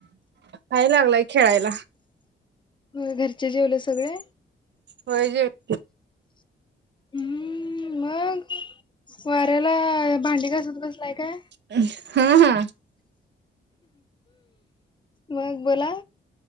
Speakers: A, on the right (about 60°); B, on the left (about 25°).
A: आहे लागलांय खेळांयला
B: घरंचे जेवले सगळें
A: होयं जेवले
B: हूं मगं वाऱ्यांला भांडी घांसत बसलांय आहे कायं
A: हम्म हम्म -
B: मग बोला